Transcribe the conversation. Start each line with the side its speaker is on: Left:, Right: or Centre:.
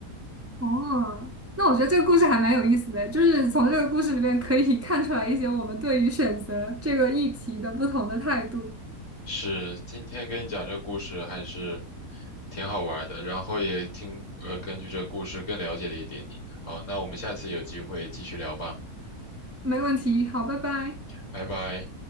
Right: 哦，那我觉得这个故事还蛮有意思的，就是从这个故事里面可以 <laughs> 看出来一些我们对于选择这个议题的不同的态度。
Left: 是今天跟你讲这个故事还是挺好玩的，然后也听呃根据这个故事更了解了一点你。好，那我们下次有机会继续聊吧，
Right: 没问题，好，拜拜。
Left: 拜拜。